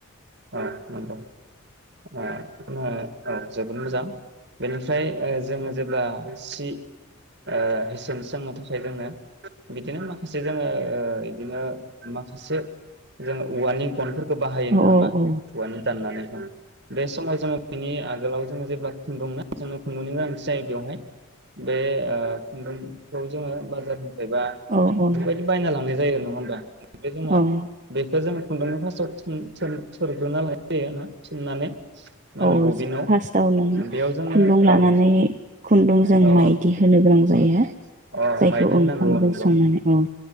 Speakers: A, on the right; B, on the right.
A: औ नंगौ ओ आंङो, औ जोबोद मोजां बेनिफ्राय ओ जोङो जेब्ला सि ओ हेसेन सोंनो थाखाय जोंनो बिदिनो माखासे जोङो ओ बिदिनो माखासे जोङो औवानि गनफोर खौ बाहायो
B: औ
A: नङा
B: औ
A: होमबा
B: औ
A: औवानि दाननानै। बे समाव जोङो बिनि आगोलाव जोङो जेब्ला खुन्दुं ना जोंनो खुन्दुंनि गोनांथि जायो बेवहाय बे ओ खुन्दुंखौ जोङो बाजार फायबा
B: औ औ
A: बेफोरबायदि बायना लांनाय जायो नङा होमबा? ओमफ्राय जोङो,
B: औ
A: जोङो खुन्दुंखौ फार्स्टआव थुन थोर-थोरग्रोना लानाय जायो आरोना थुननानै। मा
B: औ
A: होनो बबिनाव
B: फार्स्टाव नों
A: बेयाव जोंनो
B: खुन्दुं
A: औ
B: लानानै खुन्दुं जों
A: औ
B: माइदि होनो गोनां जायो।
A: औ अ
B: जायखौ
A: माइदि
B: ओंखामजों
A: होनांगौ औ नंगौ
B: संनानै औ